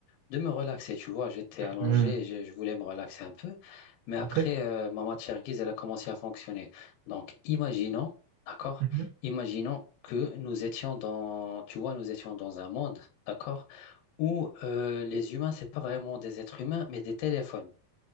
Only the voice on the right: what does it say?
Hmm,
Ok.
Mhm.